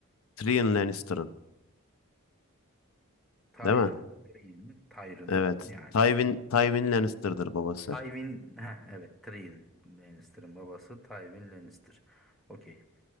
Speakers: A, on the left; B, in the centre.
A: Tyrion Lannister'ın.
B: Tyrion,
A: Değil mi?
B: Tyrion, Tyrion
A: Evet.
B: yani
A: Tywin,
B: bilmiyorum.
A: Tywin Lannister'dır babası.
B: Tywin, heh, evet Tyrion Lannister'ın babası Tywin Lannister. Okey.